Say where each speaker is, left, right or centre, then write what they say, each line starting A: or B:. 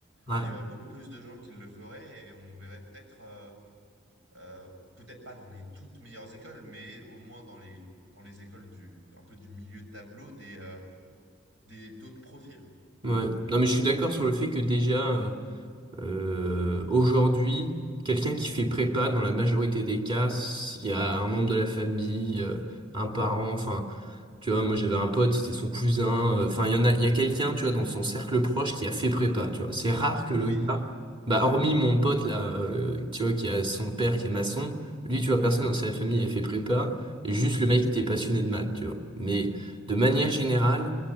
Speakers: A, on the right; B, on the right.
A: Ouais.
B: bah, il y aurait beaucoup plus de gens qui le feraient et on verrait peut-être, euh, euh, peut-être pas dans les toutes meilleures écoles, mais au moins dans les, dans les écoles du, un peu du milieu de tableau des, euh, des, d'autres profils.
A: Ouais. Non, mais je suis d'accord sur le fait que déjà, euh, aujourd'hui, quelqu'un qui fait prépa, dans la majorité des cas, s'il y a un membre de la famille, euh, un parent, enfin, Tu vois,
B: Mm.
A: moi j'avais un pote, c'était son cousin. euh, Enfin, il y en a, il y a quelqu'un, tu vois, dans son cercle proche qui a fait prépa, tu vois. C'est rare que le
B: Ah oui,
A: gars, bah, hormis mon pote là, euh, tu vois, qui a son père qui est maçon, lui, tu vois, personne dans sa famille a fait prépa. Et juste le mec qui était passionné de maths, tu vois. Mais de manière générale,